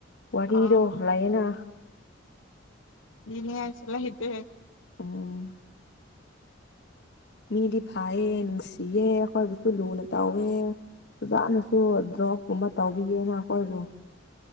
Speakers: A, on the left (about 60°); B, on the left (about 85°).
A: ꯋꯥꯔꯤꯗꯣ
B: ꯑ
A: ꯂꯩꯌꯦꯅ
B: ꯂꯤꯅꯤꯡꯉꯥꯏꯁꯨ ꯂꯩꯇꯦ
A: ꯎꯝ ꯃꯤꯗꯤ ꯐꯌꯦ ꯅꯨꯡꯁꯤꯌꯦ ꯑꯩꯈꯣꯏꯕꯨꯁꯨ ꯂꯨꯅ ꯇꯥꯎꯋꯦ ꯑꯣꯖꯥꯅꯁꯨ ꯗ꯭ꯔꯣꯞ ꯀꯨꯝꯕ ꯇꯧꯕꯤꯌꯦꯅ ꯑꯩꯈꯣꯏꯕꯨ